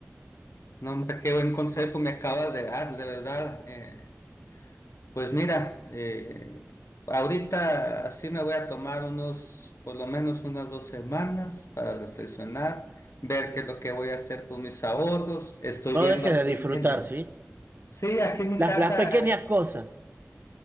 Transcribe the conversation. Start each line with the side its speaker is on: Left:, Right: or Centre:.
Left: No, hombre, qué buen consejo me acabas de dar, de verdad. Eh, Pues mira, eh, ahorita así me voy a tomar unos, por lo menos unas dos semanas para reflexionar, ver qué es lo que voy a hacer con mis ahorros. Estoy
Right: No
Left: viendo
Right: dejes
Left: aquí
Right: de disfrutar,
Left: en, en el-
Right: ¿sí?
Left: sí, aquí en mi
Right: Las,
Left: casa
Right: las pequeñas cosas.